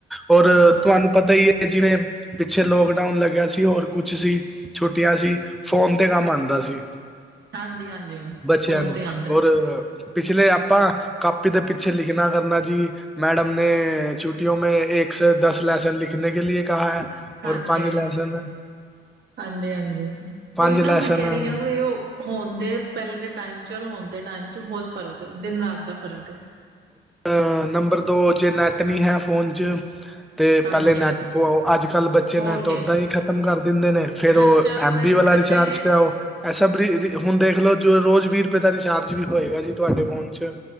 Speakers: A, in the centre; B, on the right.
A: ਔਰ
B: ਹਾਂਜੀ
A: ਤੁਹਾਨੂੰ ਪਤਾ ਹੀ ਹੈ, ਜਿਵੇਂ? ਪਿੱਛੇ ਲੋਕਡਾਊਨ ਲੱਗਿਆ ਸੀ, ਹੋਰ ਕੁਛ ਸੀ ਛੁੱਟੀਆਂ ਸੀ। ਫੋਨ ਤੇ ਕੰਮ ਆਉਂਦਾ ਸੀ,
B: ਹਾਂਜੀ ਹਾਂਜੀ
A: ਬੱਚਿਆਂ
B: ਫੋਨ
A: ਨੂੰ,
B: ਤੇ ਆਂਦਾ
A: ਔਰ ਪਿਛਲੇ ਆਪਾਂ, ਕਾਪੀ ਦੇ ਪਿੱਛੇ ਲਿਖਣਾ ਕਰਨਾ, ਜੀ। ਮੈਡਮ ਨੇ, ਛੁਟਿਓ ਮੈਂ ਇੱਕ ਸੇ ਦਸ ਲੈਸਨ ਲਿਖਣ, ਕੇ ਲਿਏ ਕਿਹਾ ਹੈ।
B: ਹਾਂਜੀ,
A: ਔਰ ਪੰਜ ਲੈਸਨ
B: ਹਾਂਜੀ ਹਾਂਜੀ
A: ਪੰਜ
B: ਉਹੀ ਨਾ
A: ਲੈਸਨ
B: ਮੈਂ ਕਹਿ ਰਹੀ ਹਾਂ ਉਹ ਹੋਣ ਦੇ, ਪਹਿਲੇ ਦੇ ਟਾਈਮ ਚ, ਔਰ ਹੋਣ ਦੇ ਟਾਈਮ ਚ ਬਹੁਤ ਫ਼ਰਕ ਦਿਨ ਰਾਤ ਦਾ ਫ਼ਰਕ ਹੈ।
A: ਅਹ, ਨੰਬਰ ਦੋ ਜੇ ਨੈਟ ਨਹੀਂ ਹੈ, ਫੋਨ ' ਅਤੇ,
B: ਹਾਂਜੀ,
A: ਪਹਿਲੇ ਨੈੱਟ ਪਵਾਓ, ਅੱਜ ਕੱਲ੍ਹ ਬੱਚੇ
B: ਹੋਰ
A: ਨੈੱਟ ਉੱਦਾਂ
B: ਕੀ
A: ਹੀ ਖ਼ਤਮ ਕਰ ਦਿੰਦੇ ਨੇ, ਫਿਰ
B: ਖਰਚਾ
A: ਉਹ ਐਮ ਬੀ ਵਾਲਾ
B: ਖਰਚਾ
A: ਰਿਚਾਰਜ
B: ਹੀ ਹੈ।
A: ਐਸਾ ਬ ਹੁਣ ਦੇਖਲੋ, ਜੋ ਰੋਜ਼ ਵੀਹ ਰੁਪਏ, ਦਾ ਰਿਚਾਰਜ ਵੀ ਹੋਏਗਾ ਜੀ, ਤੁਹਾਡੇ ਫੋਨ ਚ